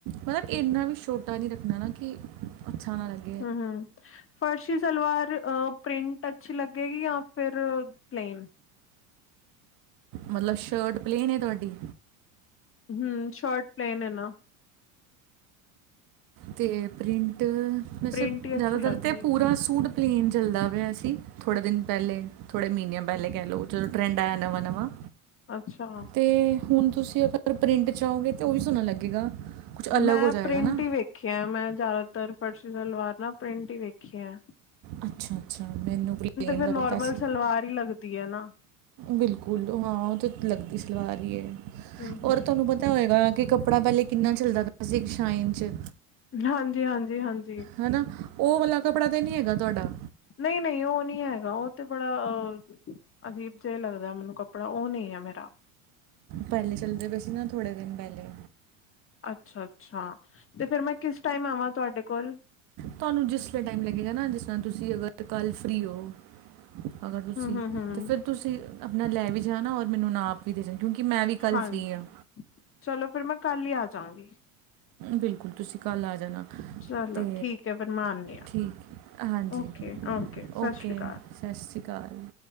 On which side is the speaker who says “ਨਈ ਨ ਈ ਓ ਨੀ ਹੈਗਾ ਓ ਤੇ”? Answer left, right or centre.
Left